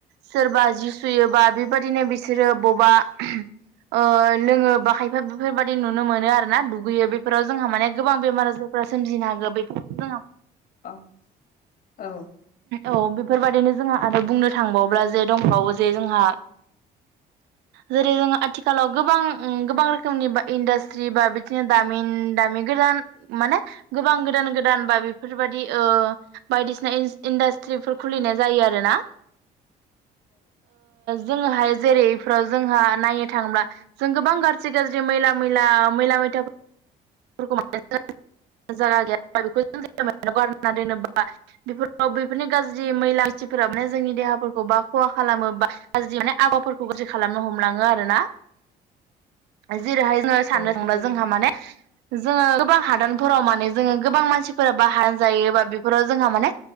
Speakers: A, on the right; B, on the left.
A: सोरबा जि सुयोबा बेबायदिनो बिसोरो बा ओ-लोङो‌ बा खायफा बेफोरबायदि नुनो मोनो आरोना दुगैयो बे बेफोराव जोंहा माने गोबां बेमार आजारफोरा सोमजिनो हागो। बेफोराव जोंहा
B: औ औ
A: औ बेफोरबादिनो जोंहा आरो बुंनो थांबाव्ला जे दंबावो जे जोंहा
B: - <inaudible>
A: जेरै जों आथिखालाव गोबां ओम गोबां रोखोमनि इन्डास्ट्रि बा बिदिनो दामिन दामिन गो <unintelligible> माने गोबां गोदान गोदान बा बेफोरबाददि ओ-बायदिसिना इनस इन्डास्ट्रिफोर खुलिनाय जायो आरोना। जोङोहाय जेरैफोराव जोंहा नायनो थाङोब्ला जों गोबां गाज्रि गाज्रि मैला मैला मैला मैला -था फोर <unintelligible> जाया गैया बेखौ <unintelligible> गारनानै दोनो बा बेफोर बैफोरनि गाज्रि मैला इथिफोरा माने जोंनि देहाफोरखौ बा खहा खालामो बा गाज्रि माने आबाफोरखौ जो खालामनो हमलाङो आरो ना। जेरैहाय जोङो साननो
B: थारैनो
A: थांब्ला जोंहा माने जोङो गोबां हादानफोराव माने जोङो गोबां मानसिफोरा बाहा जायोबा बेफोराव जोंहा माने